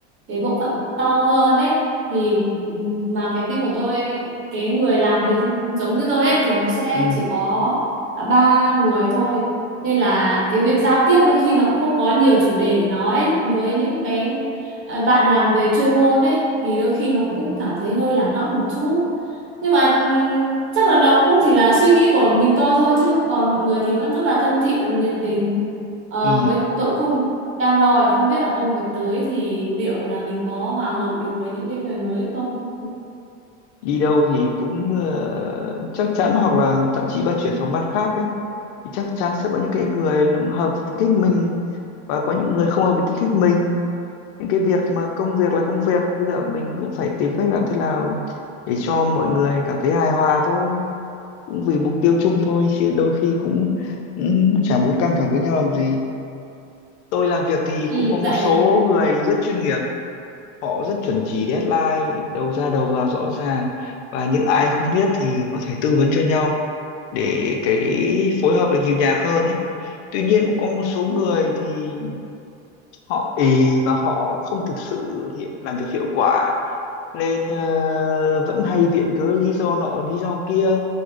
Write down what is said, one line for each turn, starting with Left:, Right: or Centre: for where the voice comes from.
Right: cái bộ phận to hơn đấy thì ừm, mà cái team của tôi cái người làm việc giống như tôi ấy thì nó sẽ
Left: ừ
Right: chỉ có à, ba người thôi nên là cái việc giao tiếp đôi khi nó cũng không có nhiều chủ đề để nói với những cái ờ, bạn làm về chuyên môn ấy thì đôi khi nó cũng cảm thấy hơi lạc lõng một chút nhưng mà ừm, chắc là nó cũng chỉ là suy nghĩ của mình tôi thôi chứ còn mọi người thì vẫn rất là thân thiện nhiệt tình Ờ,
Left: ừ
Right: với tôi cũng không đang lo là không biết là công việc tới thì liệu là mình có hòa hợp được với những cái người mới không
Left: đi đâu thì cũng ờ, chắc chắn hoặc là thậm chí bà chuyển phòng ban khác ấy thì chắc chắn sẽ có những cái người là hợp với tính cách mình và có những người không hợp với tính cách mình những cái việc mà công việc là công việc bây giờ mình cũng phải tìm cách làm thế nào để cho mọi người cảm thấy hài hòa thôi cũng vì mục tiêu chung thôi chứ đôi khi cũng, cũng chả muốn căng thẳng với nhau làm gì tôi làm việc thì
Right: ừ,
Left: cũng có một
Right: tại
Left: số người rất chuyên nghiệp họ rất chuẩn chỉ deadline đầu ra đầu vào rõ ràng và những ai không biết thì có thể tư vấn cho nhau để cái phối hợp được nhiều nhạc hơn ấy tuy nhiên cũng có một số người
Right: ừ.
Left: thì họ ì và họ không thực sự hiệu, làm việc hiệu quả nên ờ, vẫn hay viện cớ lý do nọ lý do kia